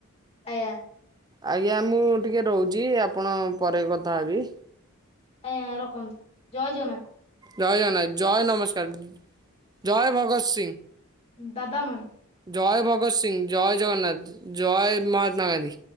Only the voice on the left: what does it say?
ଆଜ୍ଞା
ଆଜ୍ଞା ରଖନ୍ତୁ ଜୟ ଜଗନ୍ନାଥ
ବାବାମଣି।